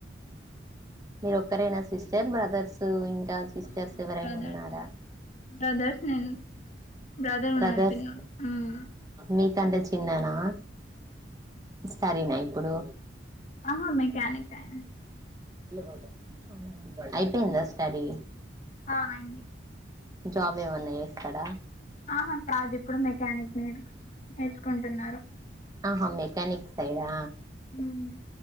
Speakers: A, on the right; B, on the left.
A: మీరొక్కరేనా సిస్టర్ బ్రదర్సూ ఇంక్ కా సిస్టర్స్
B: ఆ
A: ఎవరైనా
B: బ్రదర్స్
A: ఉన్నారా.
B: ఉన్నారు బ్రదర్స్ నేను బ్రదర్ ఉన్నాడు
A: బదర్స్
B: చిన్నోడు హ్మ్
A: మీక్ కంటే చిన్నానా. సరేనా ఇప్పుడూ.
B: ఆహా మెకానిక్ ఆయన.
A: అవునా అయిపోయిందా
B: హ్మ్.
A: స్టడీ.
B: ఆ అయింది
A: జాబ్ ఏమన్నా చేస్తడా.
B: ఆహా కాదు ఇప్పుడు మెకానిక్. నేర్ నేర్చుకుంటున్నారు
A: ఆహ మెకానిక్ సైడా.
B: హ్మ్